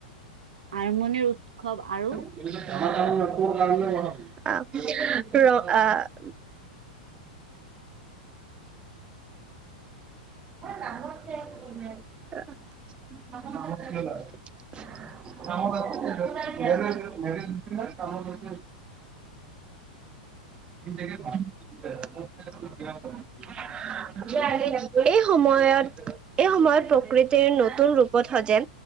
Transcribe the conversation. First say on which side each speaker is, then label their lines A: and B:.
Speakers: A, on the right (about 70°); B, on the right (about 25°).
A: আৰম্ভণিৰ উৎসৱ আৰু
B: <unintelligible> ৰ আ <unintelligible> <unintelligible> <unintelligible> সময়ত এই সময়ত প্ৰকৃতিৰ নতুন ৰূপত সজে